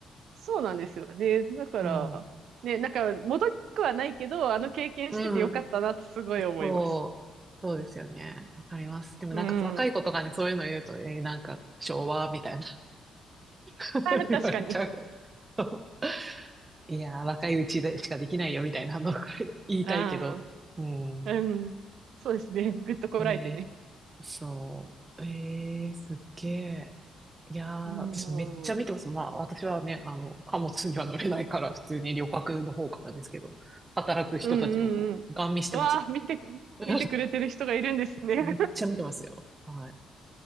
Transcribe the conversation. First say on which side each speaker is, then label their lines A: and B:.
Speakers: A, on the right; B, on the right.
A: そうなんですよね。だから、
B: うん。
A: ね、なんか戻りたくはないけど、あの経験しててよかったなってすごい思います。
B: うん。そう。そうですよね。わかります。でもなんか若い子とかにそういうの言うと、
A: うん。
B: えーなんか昭和みたいな <laughs>
A: あ、
B: 言われちゃう。
A: 確かに。
B: そういやー、若いうちでしかできないよみたいなの <laughs> 言いたいけど。
A: あ
B: うん。
A: あ、うん。そうですね。ぐっとこらえてね。
B: ね、そう。えー、すっげえ。いやー、
A: うん。
B: 私めっちゃ見てます。
A: うん
B: まあ、私はね、あの、貨物には乗れないから、普通に旅客の方からですけど、働く人たちをこう、
A: うんうん。
B: ガン見してますよ。
A: わあ、見て、
B: <laughs>
A: 見てくれてる人がいるんですね。
B: めっちゃ見てますよ。はい。す